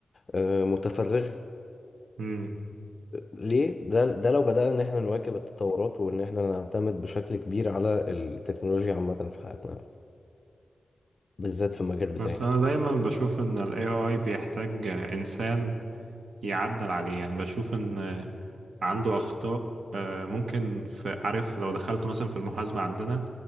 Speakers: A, on the left; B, on the right.
A: آه، متفرغ
B: مم.
A: ليه ده ده لو بدأنا ان احنا نواكب التطورات وان احنا نعتمد بشكل كبير على التكنولوجيا عامة في حياتنا بالذات في المجال بتاعي
B: بس أنا دايما بشوف إن ال AI بيحتاج إنسان يعدل عليه يعني بشوف ان عنده اخطاء آه، ممكن في عارف لو دخلت مثلا في المحاسبة عندنا